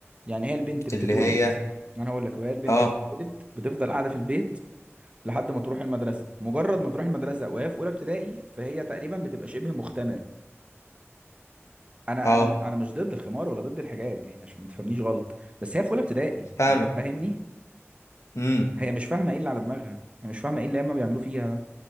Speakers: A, on the right (about 25°); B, on the left (about 85°).
A: يعني هي البنت بتتولد
B: اللي هي
A: أنا هقول لك وهي البنت
B: اه
A: بتتولد بتفضل قاعدة في البيت لحد ما تروح المدرسة مجرد ما تروح المدرسة وهي في أولى ابتدائي فهي تقريبا بتبقى شبه مختمرة أنا
B: اه
A: أنا أنا مش ضد الخمار ولا ضد الحجاب يعني عشان ما تفهمنيش غلط بس هي في أولى ابتدائي
B: فاهمة
A: أنت فاهمني
B: امم
A: هي مش فاهمه ايه اللي على دماغها هي مش فاهمه ايه اللي هما بيعملوه فيها ده